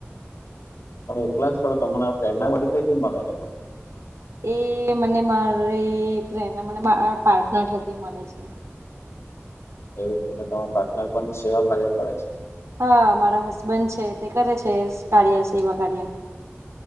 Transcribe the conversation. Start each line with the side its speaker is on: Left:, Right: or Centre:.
Left: તમે એકલા જ કરો તમને આ પેંડા વધિક કંઈથી મળે તમને
Right: એ મને મારી ફ્રેન્ડ, મારે પાર્ટનર થકી મળે છે.
Left: એવું છે. એટલે તમાર પાર્ટનર પણ સેવા કર્યા કરે છે.
Right: હા મારા હસબન્ડ છે, તે કરે છે કાર્ય સેવા કાર્ય.